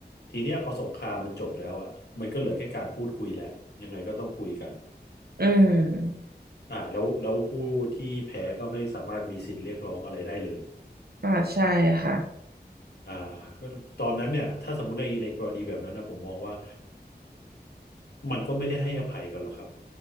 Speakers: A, on the left; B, on the right.
A: ทีเนี้ยพอสงครามมันจบแล้วอ่ะมันก็เหลือแค่การพูดคุยแล้วยังไงก็ต้องคุยกัน
B: อืม
A: อ่าแล้วแล้วผู้ที่แพ้ก็ไม่สามารถมีสิทธิ์เรียกร้องอะไรได้เลย
B: อ่าใช่ค่ะ
A: อ่าก็ตอนนั้นเนี่ยถ้าสมมติในในกรณีแบบนั้นนะผมมองว่ามันก็ไม่ได้ให้อภัยกันหรอกครับ